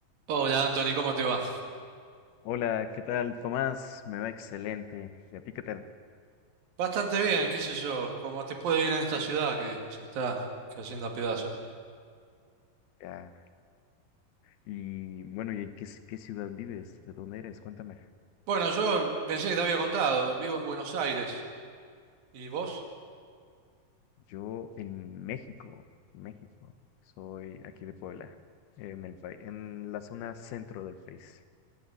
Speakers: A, on the right; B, on the left.
A: Hola Anthony, ¿cómo te va?
B: Hola, ¿qué tal, Tomás? Me va excelente. ¿Y a ti qué tal?
A: Bastante bien, qué sé yo, cómo te puede ir en esta ciudad que se está cayendo a pedazos.
B: Ya, Y bueno, ¿y en qué, ci- qué ciudad vives? ¿De dónde eres? Cuéntame.
A: Bueno, yo pensé que te había contado, vivo en Buenos Aires. ¿Y vos?
B: Yo en México, México. Soy aquí de Puebla, en el país, en la zona centro del país.